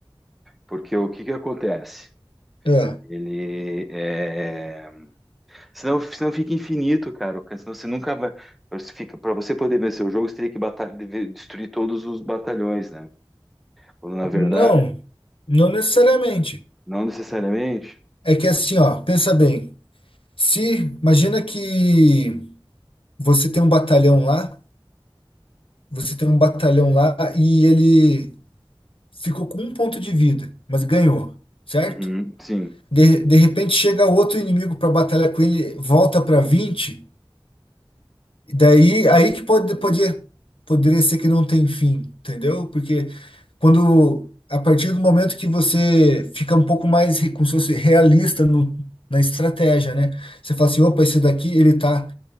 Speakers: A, in the centre; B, on the left.
A: Porque o que que acontece?
B: É.
A: Ele é... Senão, senão fica infinito, cara. Senão você nunca vai... você fica- Pra você poder vencer o jogo, você teria que bata- deve- destruir todos os batalhões, né? Quando na verdade,
B: Não, não necessariamente.
A: não necessariamente.
B: É que assim, ó, pensa bem. Se imagina que você tem um batalhão lá Você tem um batalhão lá e ele ficou com um ponto de vida, mas ganhou, certo?
A: Uhum, sim.
B: De, de repente chega outro inimigo para batalhar com ele, volta para 20 e daí aí que pode, poder, poderia ser que não tem fim, entendeu? Porque quando a partir do momento que você fica um pouco mais re- como se fosse realista no, na estratégia, né? Você fala assim, opa, esse daqui ele tá